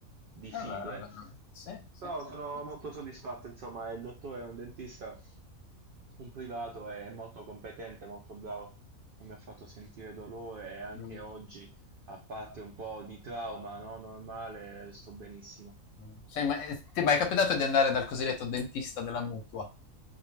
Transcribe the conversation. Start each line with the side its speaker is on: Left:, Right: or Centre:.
Right: di
Left: È
Right: fibre.
Left: vero, è vero. Sì, sì,
Right: Però
Left: sì,
Right: sono
Left: sì,
Right: molto
Left: sì,
Right: soddisfatto,
Left: sì.
Right: insomma, il dottore è un dentista, un privato, è molto competente, molto bravo, non mi ha fatto sentire dolore e anche
Left: Mh,
Right: oggi, a parte un po' di trauma, no, normale, sto benissimo.
Left: mh. Sei mai ehm, ti è mai capitato di andare dal cosiddetto dentista della mutua?